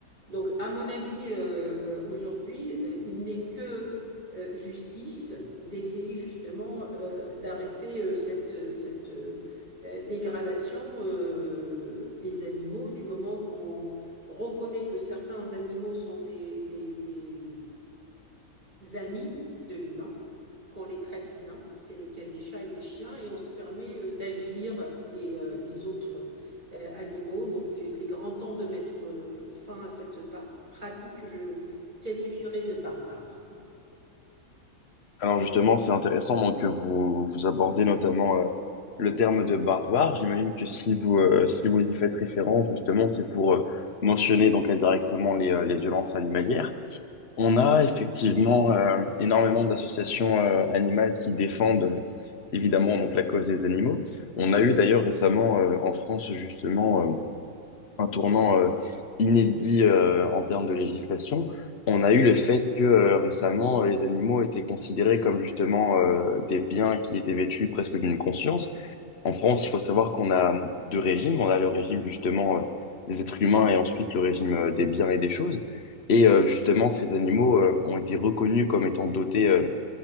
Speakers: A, on the right (about 30°); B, on the left (about 50°).
A: Donc, à mon avis, euh, euh, aujourd'hui, euh, il n'est que euh, justice d'essayer justement euh, d'arrêter euh, cette, euh, cette euh, euh, dégradation euh, des animaux du moment qu'on reconnaît que certains animaux sont des, des, des, amis de l'humain, qu'on les traite bien. C'est le cas des chats et des chiens et on se permet euh, d'avilir les, euh, les autres euh, animaux. Donc euh, il est grand temps de mettre euh, fin à cette par- pratique que je qualifierais de barbare.
B: Alors justement, c'est intéressant donc, que vous, vous abordez notamment euh, le terme de barbare. J'imagine que si vous, euh, si vous y faites référence, justement, c'est pour... euh, mentionner donc indirectement les, euh, les violences animalières. On a effectivement euh, énormément d'associations euh, animales qui défendent euh, évidemment donc la cause des animaux. On a eu d'ailleurs récemment euh, en France justement euh, un tournant euh, inédit euh, en termes de législation. On a eu le fait que euh, récemment, euh, les animaux étaient considérés comme justement euh, des biens qui étaient vêtus presque d'une conscience. En France, il faut savoir qu'on a deux régimes. On a le régime justement euh, des êtres humains et ensuite le régime euh, des biens et des choses. Et euh, justement, ces animaux euh, ont été reconnus comme étant dotés euh,